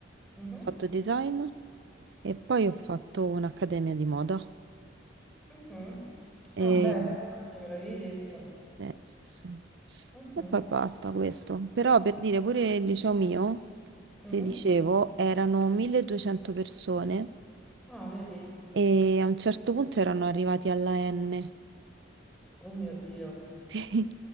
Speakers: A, in the centre; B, on the right (about 60°).
A: Mhm,
B: fatto design e poi ho fatto un'accademia di moda.
A: mhm.
B: E...
A: Ah, beh, infatti me l'avevi detto.
B: sì, sì, sì.
A: Mhm,
B: E poi basta questo. Però per dire pure il liceo mio,
A: mhm.
B: se dicevo, erano 1200 persone
A: Ah, vedi?
B: e a un certo punto erano arrivati alla N. <laughs>
A: Oh mio Dio,
B: Sì.